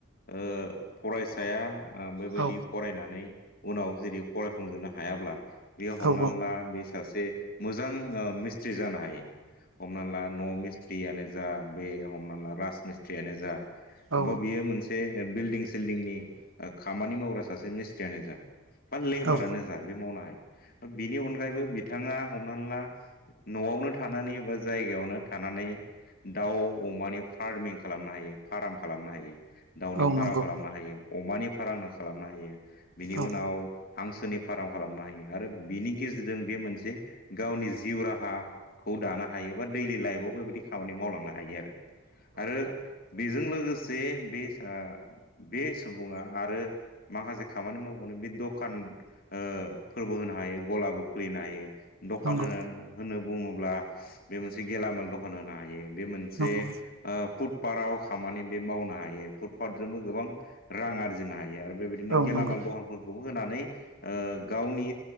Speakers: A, on the left; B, on the right.
A: ओ फरायसाया बेबायदि
B: औ
A: फरायनानै उनाव जेदि फरायफुंजोबनो हायाब्ला बेयो हमनानै
B: औ
A: ला बे सासे मोजां ओ मिस्थ्रि जानो हायो। हमनाला न' मि स्थ्रियानो जा बे हमना ला राज मिस्थ्रियानो जा
B: औ
A: अबावबा बियो मोनसे बिल्डिं सिल्डिंनि ओ खामानि मावग्रा सासे मिस्थ्रियानो जा बा लेबारानो
B: औ
A: जा बे मावनो हायो। बेनि अनगायैबो बिथाङा हमनानै ला न'आवनो थानानै बा जायगायावनो था नानै दाउ अमानि फार्मिं खालामनो हायो फाराम खालामनो हायो। दाउनि
B: औ
A: फाराम
B: नंगौ
A: खालामनो हायो। अमानि फारां खालामनो हायो। बिनि
B: औ
A: उनाव हांसोनि फार्म खालामनो हायो। आरो बिनि गेजेरजों बे मोनसे गावनि जिउ राहाखौ दानो हायो। बा दैलि लाइबाव बो बिदि खामानि मावलांनो हायो आरो। आरो बेजों लोगोसे बे सा बे सुबुङा आरो माखासे खामानि माव बावनो बे द'खान ओ फोरबो होनो हायो ग'लाबो खुलिनो हायो। द'खान
B: नंगौ
A: होना होनो बुङोब्ला बे मोनसे गेलामाल द'खान होनो हायो। बे मोनसे
B: नंगौ
A: ओ फुट पाराव खामानि बे मावनो हायो फुटपाटजोंबो गोबां रां आरजिनो हायो आरो बेबायदिनो
B: औ
A: गेलामाल
B: नंगौ
A: द'खानफोरखौबो होनानै ओ गावनि